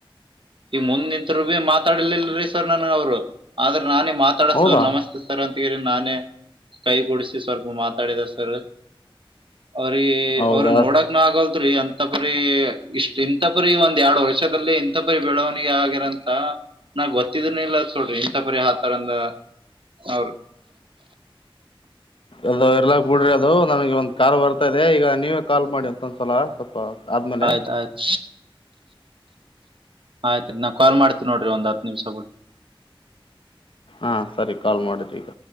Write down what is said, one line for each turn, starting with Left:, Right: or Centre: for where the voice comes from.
Right: ಈ ಮುಂದ ನಿಂತರು ಭೀ ಮಾತಾಡಿಲಿಲ್ಲರೀ್ವರ್ ನನ್ ಅವ್ರು ಆದ್ರೆ ನಾನ ಮಾತಾಡ
Left: ಹೌದಾ
Right: ಸರ್ ನಮಸ್ತೆ ಸರ್ ಅಂತ ನಾನೇ ಕೈ ಕೊಡಿಸಿ ಸ್ವಲ್ಪ ಮಾತಾಡಿದ ಸರ್ ಅವ್ರ
Left: ಹೌದಾ
Right: ಅವ್ರಗ್ ನೋಡಕ್ನ ಆಗಲ್ತ್ೀ ಅಂತ ಇಥಪರಿ ಇಷ್ಟು ಇಂಥ ಪರಿ ಒಂದ್ ಎರಡು ವರ್ಷದಲ್ಲಿ ಇಂಥ ಪರಿ ಬೆಳವಣಿಗೆ ಆಗಿರಂತ ನಾ ಗೊತ್ತಿದನ ಇಲ್ಲ ಸೋಡ್ರಿ ಇಂತ ಪರಿ ಹಾತಾರಂದ ಅವ್ರಿ
Left: ಅದು ಎರ್ಲಕ್ ಬಿಡ್ರಿ ಅದು ನಮಗೆ ಒಂದ್ ಕಾರ್ ಬರ್ತಾ ಇದೆ ಈಗ ನೀವೇ ಕಾಲ್ ಮಾಡಿ ಮತ್ತೊಂದ್ಸಲ ಸ್ವಲ್ಪ ಆದ್ಮೇಲೆ
Right: ಆಯ್ತು ಆಯ್ತು ಆಯ್ತ ನಾವ್ ಕಾಲ್ ಮಾಡ್ತೀ ನೋಡ್ರಿ ಒಂದ್ ಹತ್ ನಿಮಿಷ ಬ
Left: ಹಾ ಸರಿ ಕಾಲ್ ಮಾಡಿದ್ರಿ ಈಗ